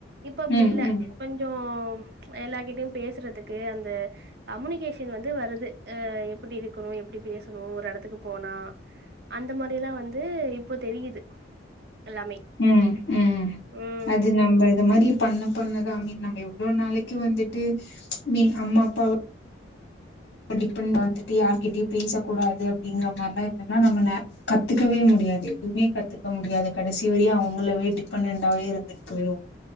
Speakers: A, on the right; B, on the left.
A: இப்ப அப்டி
B: ம்
A: இல்ல
B: ம்
A: கொஞ்சோ எல்லார் கிட்டயு பேசுறதுக்கு அந்த கம்யூனிகேஷ் ன் வந்து வருது அ எப்டி இருக்கணு எப்டி பேசணு ஒரு எடத்துக்கு போனா அந்த மாரிலா வந்து இப்போ தெரியுது எல்லாமே
B: ம் ம்
A: ம்
B: அது நம்ப இத மாரி பண்ண பண்ணதா மீன் நம்ப எவ்ளோ நாளைக்கு வந்துட்டு மீன் அம்மா அப்பாவ ப டிபெண்ட்டா இருந்துட்டு யார்கிட்டயு பேசக்கூடாது அப்டிங்கிற மாரிலா இருந்தோம்னா நம்ம நே கத்துக்கவே முடியாது எதுமே கத்துக்க முடியாது கடைசி வரையு அவங்களவே டிபெண்டண்டாவே இரு க்கு வெறு